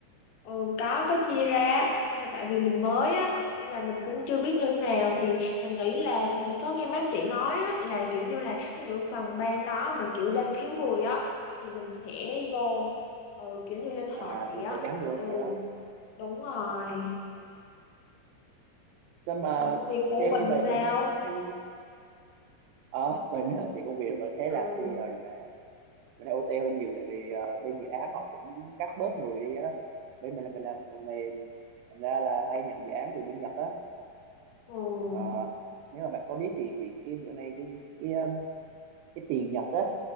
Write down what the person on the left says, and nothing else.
Ừ, có có chia ra nhưng mà tại vì mình mới á nên là mình cũng chưa biết như thế nào thì mình nghĩ là mình có nghe mấy anh chị nói á, là kiểu như là ví dụ phòng ban đó mà kiểu đang thiếu người á thì mình sẽ vô ừ, kiểu như linh hoạt
vậy
á
ừ
đúng rồi
còn công việc của
Bình
sao
ừ
ừ